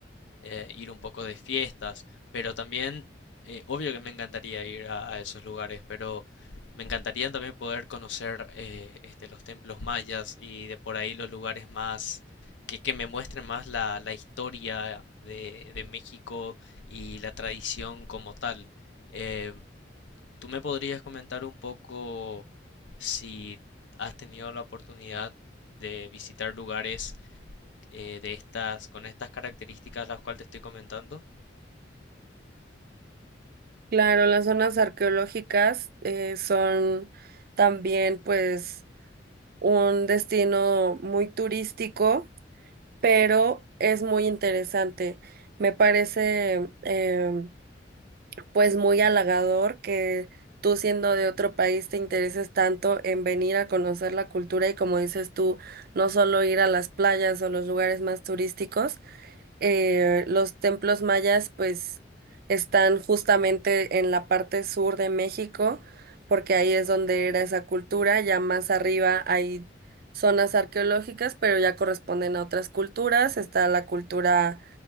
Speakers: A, on the left; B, on the right.
A: eh, ir un poco de fiestas, pero también, eh, obvio que me encantaría ir a, a esos lugares, pero me encantaría también poder conocer eh, este, los templos mayas y de por ahí los lugares más... Que, que me muestren más la, la historia de, de México y la tradición como tal. Eh, ¿tú me podrías comentar un poco si has tenido la oportunidad de visitar lugares eh, de estas, con estas características las cuales te estoy comentando?
B: Claro, las zonas arqueológicas eh, son también pues un destino muy turístico, pero es muy interesante. Me parece em, pues muy halagador que tú siendo de otro país te intereses tanto en venir a conocer la cultura y como dices tú, no solo ir a las playas o los lugares más turísticos, eh, los templos mayas pues están justamente en la parte sur de México, porque ahí es donde era esa cultura, ya más arriba hay zonas arqueológicas, pero ya corresponden a otras culturas, está la cultura